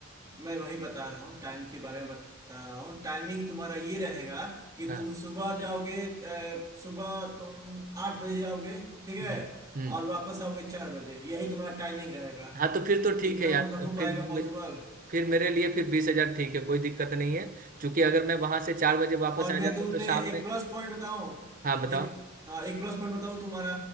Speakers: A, on the right; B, on the right.
A: मैं वही बता रहा हूँ टाइम के बारे में बता रहा हूँ टाइमिंग तुम्हारा ये रहेगा कि
B: हाँ
A: तुम सुबह जाओगे अ, सुबह तुम आठ बजे जाओगे ठीक
B: हम्म
A: है
B: हम्म
A: और वापस आओगे चार बजे यही तुम्हारा टाइमिंग रहेगा
B: हाँ तो फिर तो ठीक
A: इतना
B: है यार
A: मतलब हो पाएगा
B: फिर
A: पॉसिबल
B: फिर मेरे लिए फिर बीस हजार ठीक है कोई दिक्कत नहीं है क्योंकि अगर मैं वहां से चार बजे वापस
A: और
B: आ
A: मैं
B: जाता
A: तुम
B: हूँ तो
A: पे
B: शाम
A: एक
B: में
A: प्लस पॉइंट बताऊं
B: हाँ बताओ
A: एक हाँ एक प्लस पॉइंट बताऊं तुम्हारा